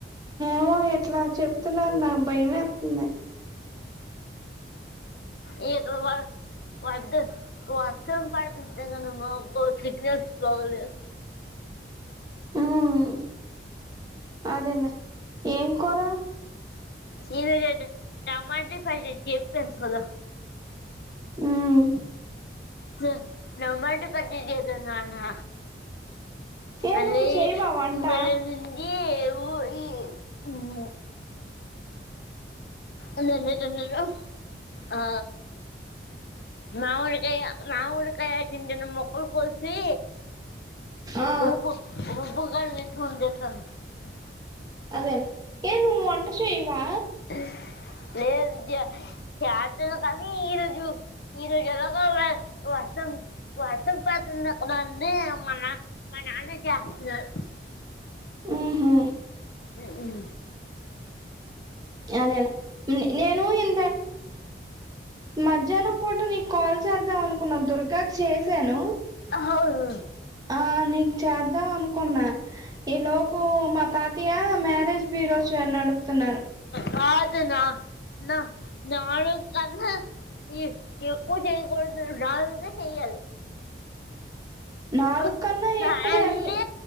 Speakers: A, on the right; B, on the left.
A: పో ఎట్లా చెప్తున్నారు నాకు భయమేతుంది
B: <unintelligible> వర్ద వర్షం పడితే కదా మబ్బు సిగ్నల్స్ బాగోలేవ్
A: ఉమ్ అదేలే ఏం కూర
B: ఇది గ టమాట పచ్ చెప్ ఎంకొలు
A: ఉమ్
B: స్ టమ్మాట చేతున్నాను
A: ఏ
B: అది
A: నువ్వు చేయవా వంట
B: భలే ఉంది ఊ ఈ ఉమ్ ఇవ్వెన్ని జన్నలో ఆ మావఊరి కయ, నా ఊరి కయ చిన్న చిన్న మొక్కలు కోసి
A: ఆ
B: రుబూ రుబ్బుకలు ఎతుకుంట <unintelligible>
A: దే ఏ ను వంట చేయవా?
B: ఉమ్ లేదు విద్య, చేతను కనీ ఈ రజు, ఈ రోజు ఎలాగో వ వసం వసం తాతుంది మా నా మా నాన్న చేస్తున్నారు.
A: ఉహు
B: ఉమ్
A: అదే నే నేను ఎం మధ్యాహ్నం పూట నీకు కాల్ చేద్దాం అనుకున్న, దుర్గాకు చేసాను.
B: అహోవు
A: ఆ నీకు చేద్దాం అనుకున్నా, ఈ లోపు మా తాత తయ్యా మ్యారేజ్ బ్యూరో చెయ్ అన్నడుగుతున్నారు.
B: కాదునా న నాను అన్న ఈ ఎక్కువ చేయకూడదు నాలుగే చెయ్యాలి.
A: నాలుగు
B: ఓ
A: కన్నా ఎక్కువ
B: అండి
A: ఎల్